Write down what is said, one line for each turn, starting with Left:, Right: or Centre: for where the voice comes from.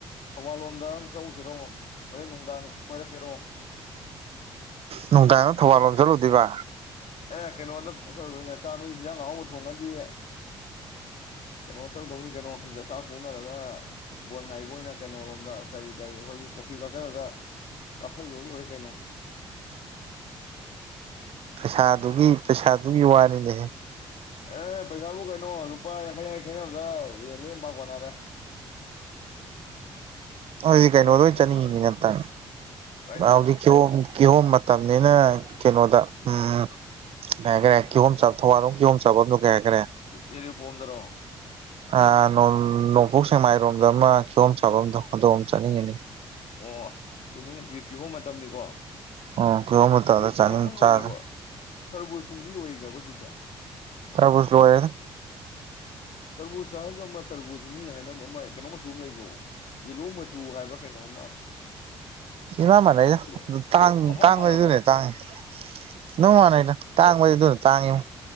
Left: ꯊꯧꯕꯥꯜꯂꯣꯝꯗ ꯑꯝ ꯆꯧꯁꯤꯔꯣ ꯍꯣꯔꯦꯟ ꯅꯨꯡꯗꯥꯡ ꯀꯣꯏꯔꯛꯀꯦꯔꯣ
Right: ꯅꯨꯡꯗꯥꯡꯗ ꯊꯧꯕꯥꯜ ꯂꯣꯝ ꯆꯠꯂꯨꯗꯣꯏꯕ
Left: ꯑꯦ ꯀꯩꯅꯣꯗ ꯆꯠꯂꯨꯗꯣꯏꯅꯤ ꯆꯥꯛ ꯅꯣꯏꯁꯨ ꯍꯦꯟꯖꯥꯡ ꯑꯍꯥꯎꯕ ꯊꯣꯡꯉꯗꯤ ꯀꯩꯅꯣ ꯆꯠꯂꯨꯗꯧꯅꯤ ꯀꯩꯅꯣ ꯆꯥꯛ <unintelligible> ꯇꯣꯛꯅꯔꯒ ꯕꯣꯟ ꯉꯥꯏꯕ ꯑꯣꯏꯅ ꯀꯩꯅꯣꯔꯣꯝꯗ ꯀꯔꯤ ꯀꯔꯤ ꯑꯩꯈꯣꯏꯒꯤ ꯀꯣꯐꯤꯀꯜꯆꯔꯗ ꯀꯥꯞꯁꯜꯂꯨꯔ ꯂꯣꯏꯔꯦ ꯀꯩꯅꯣ
Right: ꯄꯩꯁꯥꯗꯨꯒꯤ ꯄꯩꯁꯥꯗꯨꯒꯤ ꯋꯥꯅꯤꯅꯦꯍꯦ
Left: ꯑꯦ ꯄꯩꯁꯥꯕꯨ ꯀꯩꯅꯣ ꯂꯨꯄꯥ ꯌꯥꯡꯈꯩ ꯌꯥꯡꯈꯩ ꯈꯥꯏꯅꯕꯗ ꯂꯦꯝ ꯄꯥꯅ ꯀꯣꯟꯅꯔꯦ
Right: ꯑꯩꯗꯤ
Left: ꯆꯠꯂꯒ
Right: ꯀꯩꯅꯣꯗ
Left: ꯀꯩꯅꯣꯝꯃ
Right: ꯑꯣꯏꯅ ꯆꯅꯤꯡꯉꯤꯅꯦ ꯅꯠꯇ
Left: ꯀꯥꯏꯗ
Right: <unintelligible> ꯎ <unintelligible> ꯀꯤꯍꯣꯝ ꯀꯤꯍꯣꯝ ꯃꯇꯝꯅꯤꯅ ꯀꯩꯅꯣꯗ ꯎꯝ ꯀꯩ ꯍꯥꯏꯒ꯭ꯔꯦ ꯀꯤꯍꯣꯝ ꯆꯥꯕꯝ ꯊꯧꯕꯥꯜꯂꯣꯝ ꯀꯤꯍꯣꯝ ꯆꯥꯕꯝꯗꯣ ꯀ ꯩꯍꯥꯏꯒ꯭ꯔꯦ
Left: ꯑꯦꯔꯤ ꯄꯣꯝꯗꯔꯣ
Right: ꯑꯥ ꯅꯣꯡ ꯅꯣꯡꯄꯣꯛ ꯁꯦꯡꯃꯥꯏꯔꯣꯝꯗ ꯑꯃ ꯀꯤꯌꯣꯝ ꯆꯥꯐꯝꯗꯣ
Left: ꯑꯣ
Right: ꯑꯗꯣꯝꯗ ꯆꯠꯅꯤꯡꯉꯤꯅꯤ
Left: ꯑꯣ ꯆꯨꯃꯤꯅꯦ ꯍꯧꯖꯤꯛ ꯀꯤꯍꯣꯝ ꯃꯇꯝꯅꯤꯀꯣ
Right: ꯎꯝ ꯀꯤꯍꯣꯝ ꯃꯇꯝꯗ
Left: ꯍꯧꯖꯤꯛ
Right: ꯆꯥꯅꯤꯡ
Left: ꯀꯩꯅꯣ ꯈꯔ
Right: ꯆꯥꯁꯦ
Left: ꯂꯣꯏꯈ꯭ꯔꯕꯣ ꯇꯔꯕꯨꯁꯀꯨꯝꯕꯗꯤ ꯂꯣꯏꯈ꯭ꯔꯕꯣ ꯍꯧꯖꯤꯛꯁꯦ
Right: ꯇꯔꯕꯨꯁ ꯂꯣꯏꯈ꯭ꯔꯦ
Left: ꯇꯔꯕꯨꯁ ꯍꯥꯏꯔꯒ ꯑꯃ ꯇꯔꯕꯨꯁ ꯃꯤꯅ ꯍꯥꯏꯅꯕ ꯑꯃ ꯀꯩꯅꯣ ꯃꯆꯨ ꯑꯃ ꯂꯩꯕ꯭ꯔꯣ ꯌꯦꯜꯂꯣ ꯃꯆꯨ ꯍꯥꯏꯕ꯭ꯔ ꯀꯩꯅꯣꯝꯃ
Right: ꯏꯃꯥꯟ ꯃꯥꯟꯅꯩꯗ
Left: ꯑꯗꯨ
Right: ꯇꯥꯡ
Left: ꯃꯍꯥꯎ
Right: ꯇꯥꯡꯕꯗꯤ
Left: ꯃꯥꯟꯅꯕ꯭ꯔꯣ
Right: ꯑꯗꯨꯅ ꯍꯦꯟꯅ ꯇꯥꯡꯉꯦ ꯏꯃꯥꯟ
Left: ꯑꯣ
Right: ꯃꯥꯟꯅꯩꯗ ꯇꯥꯡꯕꯗꯤ ꯑꯗꯨꯅ ꯇꯥꯡꯉꯦꯉꯣ